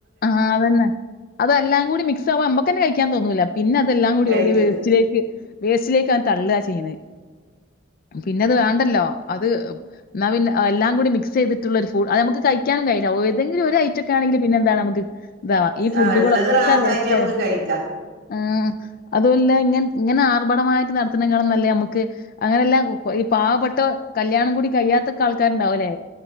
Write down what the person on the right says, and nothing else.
കഴിക്കില്ല
ആഹ് ഇള്ളത് റാഹത്തായിട്ട്
നമുക്ക് കഴിക്കാം